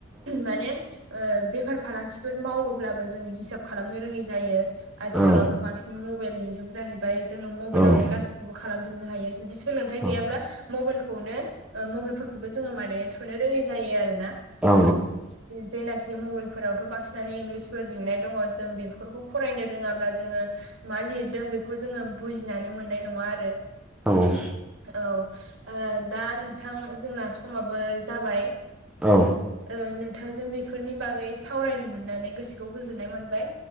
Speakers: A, on the right (about 80°); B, in the centre.
A: माने ओ बेफार फालांगिफोर मावोब्लाबो जोङो हिसाब खालामनो रोङि जायो
B: औ
A: आथिखालावथ'
B: औ
A: बांसिन मबाइलनि जुग जाहैबाय जोङो मबाइलावनो
B: औ
A: गासिखौबो खालामजोबनो हायो जुदि सोलोंथाइ
B: औ
A: गैयाब्ला मबाइलखौनो मबाइलफोरखौबो जोङो माने थुनो रोङै जायो आरो ना।
B: औ
A: जे ना मबाइलफोरावथ' बांसिनानो इंलिसफोर लिंनाय दङ जों बेफोरखौ फरायनो रोङाब्ला जोङो मा लिरदों बेखौ जोङो बुजिनानै मोननाय नङा आरो
B: औ औ
A: औ ओ दा नोंथां जोंना समाबो जाबाय
B: औ
A: ओ नोंथांजों बेफोरनि बागै सावरायनो मोननानै गोसोखौ गोजोननाय मोनबाय।